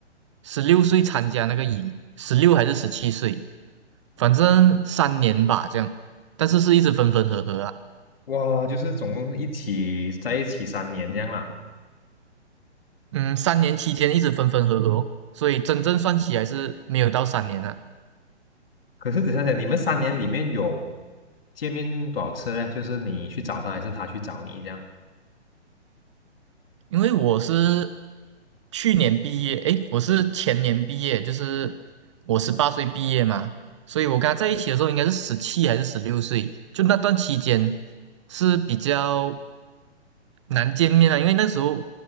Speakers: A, on the right; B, on the left.
A: 十六岁参加那个营，十六还是十七岁，反正三年吧这样，但是是一直分分合合啊，
B: 哇，就是总共一起在一起三年这样啦。
A: 嗯，三年期间一直分分合合哦所以真正算起来是没有到三年啊。
B: 可是只想想你们三年里面有见面多少次嘞？就是你去找他，还是他去找你这样？
A: 因为我是去年毕业，诶，我是前年毕业，就是我十八岁毕业嘛，所以我跟他在一起的时候应该是十七还是十六岁，就那段期间是比较难见面的，因为那时候